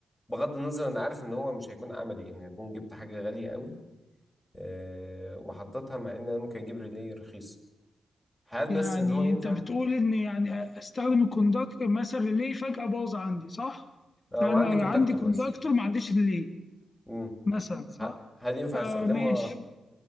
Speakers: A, on the left; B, on the left.
A: بغض النظر انا عارف ان هو مش هيكون عملي يعني هيكون جبت حاجة غالية قوي آه، وحطيتها مع ان انا ممكن اجيب ريلي رخيص هل
B: يعني
A: بس ان هو ينفع
B: انت بتقول ان يعني استخدم الكوندكتور مثلا ريلي فجأة باظ عندي صح؟
A: آه،
B: فانا
A: وعندي كونتاكتور
B: عندي كوندكتور
A: بس
B: ما عنديش ريلي
A: مم.
B: مثلا صح؟
A: ه- هل ينفع
B: فماشي
A: استخدمه اه